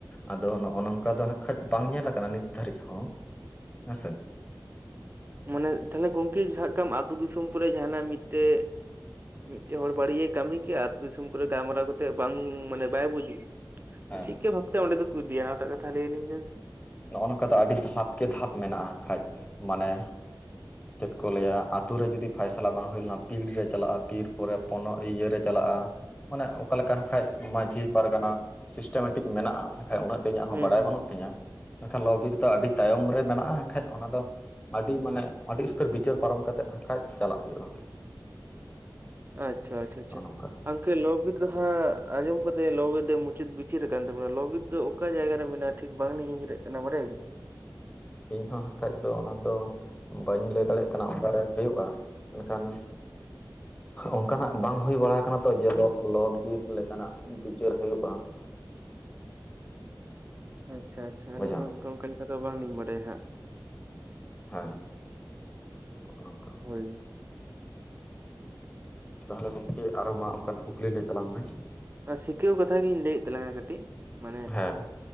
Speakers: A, on the left (about 20°); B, on the right (about 30°).
A: ᱟᱫᱚ ᱱᱚᱜᱼᱚ ᱱᱚᱝᱠᱟ ᱫᱚ ᱱᱟᱠᱷᱟᱡ ᱵᱟᱝ ᱧᱮᱞ ᱟᱠᱟᱱᱟ ᱱᱤᱛ ᱫᱷᱟᱹᱨᱤᱡ ᱦᱚᱸ ᱦᱮᱸᱥᱮ,
B: ᱢᱟᱱᱮ ᱛᱟᱦᱞᱮ ᱜᱚᱢᱠᱮ ᱥᱟᱵ ᱠᱟᱜ ᱠᱟᱢ ᱟᱛᱳ ᱫᱤᱥᱚᱢ ᱠᱚᱨᱮ ᱡᱟᱦᱟᱱᱟᱜ ᱢᱤᱫᱴᱮᱡ, ᱢᱤᱫᱴᱮᱡ ᱦᱚᱲ ᱵᱟᱹᱲᱤᱡ ᱮ ᱠᱟᱹᱢᱤ ᱠᱮᱜᱼᱟ ᱟᱛᱳ ᱫᱤᱥᱚᱢ ᱠᱚᱨᱮ ᱜᱟᱞᱢᱟᱨᱟᱣ ᱠᱟᱛᱮᱜ ᱵᱟᱝ ᱢᱟᱱᱮ ᱵᱟᱭ ᱵᱩᱡᱽᱼᱟ,
A: ᱦᱮᱸ
B: ᱪᱤᱫᱠᱟ ᱵᱷᱟᱵᱽᱛᱮ ᱚᱸᱰᱮ ᱫᱚᱠᱚ ᱤᱫᱤᱭᱟ ᱚᱱᱟᱴᱟᱜ ᱠᱟᱛᱷᱟ ᱞᱟᱹᱭᱟᱞᱤᱧ ᱵᱮᱱ ᱥᱮ,
A: ᱱᱚᱜᱼᱚ ᱱᱚᱝᱠᱟ ᱫᱚ ᱟᱹᱰᱤ ᱫᱷᱟᱯ ᱜᱮ ᱫᱷᱟᱯ ᱢᱮᱱᱟᱜᱼᱟ ᱠᱷᱟᱡ ᱢᱟᱱᱮ ᱪᱮᱫ ᱠᱚ ᱞᱟᱹᱭᱟ ᱟᱛᱳ ᱨᱮ ᱡᱩᱫᱤ ᱯᱷᱟᱭᱥᱟᱞᱟ ᱵᱟᱝ ᱦᱩᱭ ᱞᱮᱱᱟ ᱯᱤᱲ ᱨᱮ ᱪᱟᱞᱟᱜᱼᱟ ᱯᱤᱲ ᱯᱚᱨᱮ ᱚᱱᱱᱚ ᱤᱭᱟᱹ ᱨᱮ ᱪᱟᱞᱟᱜᱼᱟ ᱢᱟᱱᱮ ᱚᱠᱟ ᱞᱮᱠᱟ ᱦᱟᱸᱜ ᱠᱷᱟᱡ ᱢᱟᱺᱡᱷᱤ ᱯᱟᱨᱜᱟᱱᱟ ᱥᱤᱥᱴᱮᱢᱮᱴᱤᱠ ᱢᱮᱱᱟᱜᱼᱟ, ᱟᱠᱷᱟᱡ ᱩᱱᱟᱹᱜ ᱫᱚ ᱤᱧᱟᱹᱜ ᱦᱚᱸ
B: ᱦᱩᱸ
A: ᱵᱟᱲᱟᱭ
B: ᱦᱩᱸ
A: ᱵᱟᱹᱱᱩᱜ ᱛᱤᱧᱟᱹ ᱢᱮᱱᱠᱷᱟᱱ ᱞᱚᱼᱵᱤᱨ ᱨᱮᱫᱚ ᱟᱹᱰᱤ ᱛᱟᱭᱚᱢ ᱨᱮ ᱢᱮᱱᱟᱜᱼᱟ ᱮᱱᱠᱷᱟᱡ ᱚᱱᱟ ᱫᱚ ᱟᱹᱰᱤ ᱢᱟᱱᱮ ᱟᱹᱰᱤ ᱩᱥᱛᱟᱹᱨ ᱵᱤᱪᱟᱹᱨ ᱯᱟᱨᱚᱢ ᱠᱟᱛᱮᱜ ᱟᱠᱷᱟᱱᱡ ᱪᱟᱞᱟᱜ ᱦᱩᱭᱩᱜᱼᱟ
B: <unintelligible> ᱟᱪᱪᱷᱟ ᱟᱪᱪᱷᱟ ᱟᱪᱪᱷᱟ
A: ᱱᱚᱜᱼᱚ ᱱᱚᱝᱠᱟ
B: ᱜᱚᱢᱠᱮ ᱞᱚᱼᱵᱤᱨ ᱫᱚ ᱦᱟᱸᱜ ᱟᱸᱡᱚᱢ ᱠᱟᱛᱮ ᱞᱚᱼᱵᱤᱨ ᱫᱚ ᱢᱩᱪᱟᱹᱫ ᱵᱤᱪ ᱪᱮᱫ ᱟᱠᱟᱱ ᱛᱟᱵᱚᱱᱟ ᱞᱚᱼᱵᱤᱨ ᱫᱚ ᱚᱠᱟ ᱡᱟᱭᱜᱟ ᱨᱮ ᱢᱮᱱᱟᱜᱼᱟ ᱴᱷᱤᱠ ᱵᱟᱝᱞᱤᱧ ᱩᱭᱦᱟᱹᱨᱮᱫ ᱠᱟᱱᱟ ᱵᱟᱰᱟᱭᱟᱵᱤᱱ
A: ᱤᱧᱦᱚᱸ ᱦᱟᱸᱜ ᱠᱷᱟᱡ ᱫᱚ ᱚᱱᱟ ᱫᱚ ᱵᱟᱹᱧ ᱞᱟᱹᱭ ᱫᱟᱲᱮᱜ ᱠᱟᱱᱟ ᱚᱠᱟᱨᱮ ᱦᱩᱭᱩᱜᱼᱟ ᱢᱮᱱᱠᱷᱟᱱ ᱚᱱᱠᱟᱱᱟᱜ ᱵᱟᱝ ᱦᱩᱭ ᱵᱟᱲᱟ ᱟᱠᱟᱱᱟ ᱛᱚ ᱡᱮ ᱞᱚ ᱞᱚᱼᱵᱤᱨ ᱞᱮᱠᱟᱱᱟᱜ ᱵᱤᱪᱟᱹᱨ ᱦᱩᱭᱩᱜᱼᱟ,
B: ᱟᱪᱪᱷᱟ ᱟᱪᱪᱷᱟ ᱟᱹᱞᱤᱧ
A: ᱵᱩᱡᱷᱟᱹᱣ
B: ᱦᱚᱸ ᱚᱱᱠᱟ ᱚᱱᱠᱟ ᱞᱮᱠᱟ ᱫᱚ ᱵᱟᱝᱞᱤᱧ ᱵᱟᱰᱟᱭᱟ ᱦᱟᱸᱜ-
A: ᱦᱮᱸ ᱚᱱᱮ ᱚᱱᱠᱟ
B: ᱦᱳᱭ
A: ᱛᱟᱦᱚᱞᱮ ᱜᱚᱢᱠᱮ ᱟᱨᱚ ᱢᱟ ᱚᱱᱠᱟᱱᱟᱜ ᱠᱩᱠᱞᱤ ᱞᱟᱹᱭ ᱛᱟᱞᱟᱝ ᱢᱮᱻ
B: ᱥᱤᱠᱷᱟᱹᱣ ᱠᱟᱛᱷᱟ ᱜᱤᱧ ᱞᱟᱹᱭᱮᱫ ᱛᱟᱞᱟᱝᱼᱟ ᱠᱟᱹᱴᱤᱡ ᱢᱟᱱᱮ
A: ᱦᱮᱸ